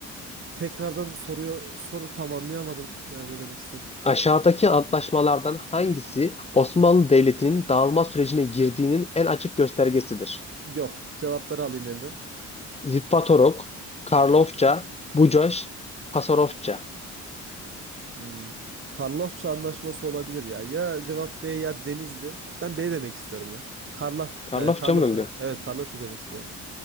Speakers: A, on the right; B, on the left.
A: Tekrardan soruyor soru tam anlayamadım. Ya ne demek istedim?
B: Aşağıdaki antlaşmalardan hangisi Osmanlı Devleti'nin dağılma sürecine girdiğinin en açık göstergesidir?
A: Yok. Cevapları alayım Emre.
B: Zitvatorok, Karlofça, Bucaş, Pasarofça.
A: Hmm. Karlofça anlaşması olabilir ya. Ya cevap B ya Denizli. Ben B demek istiyorum ya. Karlaf,
B: Karlofça
A: e, Karloşa.
B: mı diyor?
A: Evet Karloşa demek istiyorum.